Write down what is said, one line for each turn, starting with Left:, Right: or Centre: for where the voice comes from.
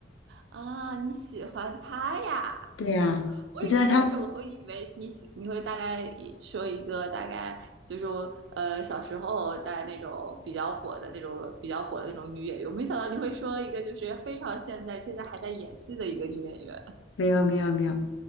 Right: 啊，你喜欢他呀？
Left: 对呀，
Right: 我以为一开始我会以为你喜你会大概说一个大概就是我呃小时候大概那种比较火的那种比较火的那种女演员，
Left: 我觉得他
Right: 我没想到你会说一个就是非常现在现在还在演戏的一个女演员。
Left: 没有没有没有，